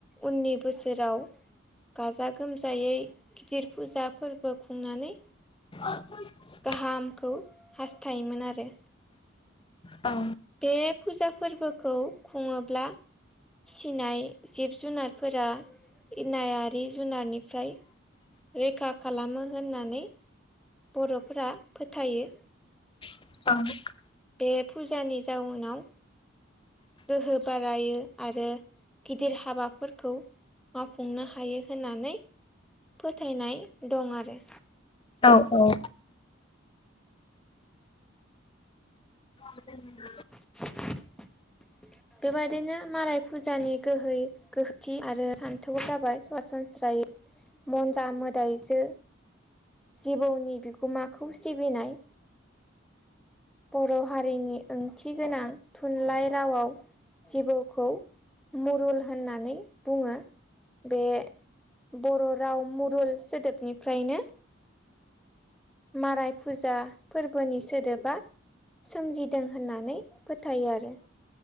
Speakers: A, in the centre; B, on the left.
A: उननि बोसोराव गाजा गोमजायै गिदिर फुजा फोरबो खुंनानै
B: <inaudible>
A: गाहामखौ हास्थायोमोन आरो।
B: औ
A: बे फुजा फोरबोखौ खुङोब्ला फिसिनाय जिब जुनारफोरा इनायारि जुनारनिफ्राय रैखा खालामो होननानै बर'फोरा फोथायो।
B: <unintelligible>
A: बे फुजानि जाउनाव गोहो बारायो आरो गिदिर हाबाफोरखौ मावफुंनो हायो होननानै फोथायनाय दं आरो।
B: औ-औ <inaudible>
A: <unintelligible> बेबायदिनो माराय फुजानि गोहोयै गोहोथि आरो सान्थौबो जाबाय सरासनस्रायै। मन्जा मोदायजो जिबौनि बिगोमाखौ सिबिनाय बर' हारिनि ओंथि गोनां थुनलाइ रावाव जिबौखौ मुरुल होननानै बुङो बे बर' राव मुरुल सोदोबनिफ्रायनो माराय फुजा फोरबोनि सोदोबा सोमजिदों होननानै फोथायो आरो।